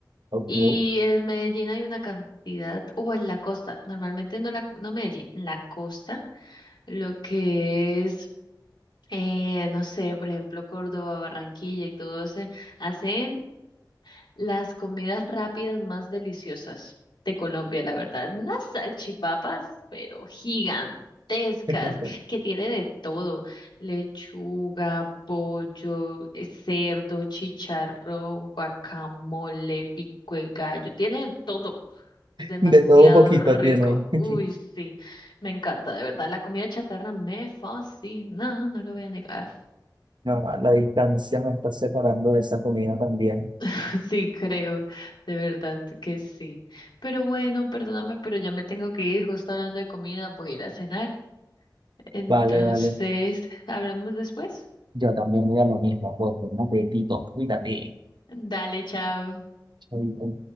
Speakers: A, on the right; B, on the left.
A: Ok.
B: Y en Medellín hay una cantidad, o en la costa, normalmente no la, no Medellín, la costa, lo que es eh, no sé, por ejemplo, Córdoba, Barranquilla y todo ese, hacen las comidas rápidas más deliciosas de Colombia, la verdad. Unas salchipapas, pero gigantescas,
A: <laughs>
B: que tiene de todo, lechuga, pollo, eh, cerdo, chicharrón, guacamole, pico de gallo, tiene de todo. Es demasiado
A: De todo un poquito
B: rico.
A: tienen. <laughs>
B: Uy, sí, me encanta, de verdad. La comida chatarra me fascina, no lo voy a negar.
A: No, la distancia me está separando de esa comida también.
B: <laughs> Sí, creo, de verdad que sí. Pero bueno, perdóname, pero ya me tengo que ir, justo hablando de comida, voy a ir a cenar. Entonces,
A: Vale, vale.
B: hablamos después.
A: Yo también voy a lo mismo, pues, un apetito, cuídate.
B: Dale, chao.
A: Ahorita